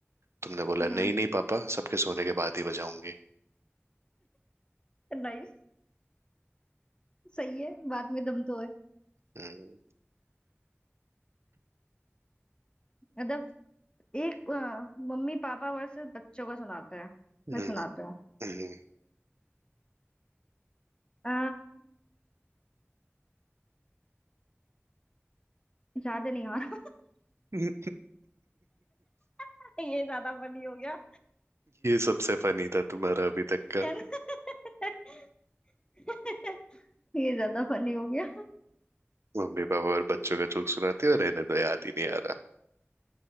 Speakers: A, on the right (about 75°); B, on the left (about 20°).
A: तुमने बोला
B: हम्म
A: नहीं नहीं पापा सबके सोने के बाद ही बजाऊंगी
B: नाइस सही है बात में दम तो है
A: हम्म
B: मतलब एक अ, मम्मी पापा वर्सेस बच्चों का सुनाते हैं
A: हम्म,
B: मैं सुनाती हूँ
A: हम्म।
B: अ, याद नहीं आ रहा
A: <laughs> ये
B: <laughs> ये ज्यादा फनी हो गया
A: सबसे फनी था तुम्हारा अभी तक का
B: है ना <laughs> ये ज्यादा फनी हो गया
A: मम्मी पापा और बच्चों का जोक सुनाते हो रहने दो याद ही नहीं आ रहा